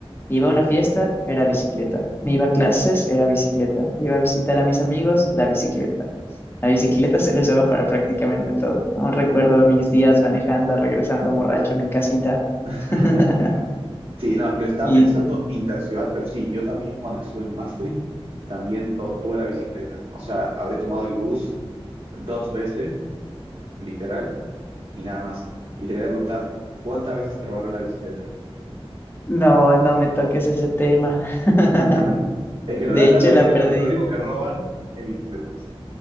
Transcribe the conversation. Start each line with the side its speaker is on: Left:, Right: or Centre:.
Left: Iba a una fiesta, era bicicleta. Me iba a clases, era bicicleta. Iba a visitar a mis amigos, la bicicleta. La bicicleta <laughs> se la usaba para prácticamente todo. Aún recuerdo mis días manejando, regresando borracho a mi casita.
Right: <laughs>
Left: <laughs>
Right: Sí, no, lo estaba
Left: Y
Right: pensando interciudad, pero sí, yo también cuando estuve en Maastricht, también to- todo era bicicleta. O sea, habré tomado el bus dos veces, literal, y nada más. Y te quería preguntar, ¿cuántas veces te robaron la bicicleta?
Left: no, no me toques ese tema. <laughs>
Right: <laughs> Es
Left: De
Right: que en Holanda
Left: hecho,
Right: lo único
Left: la perdí.
Right: que, lo único que roban es bicicletas.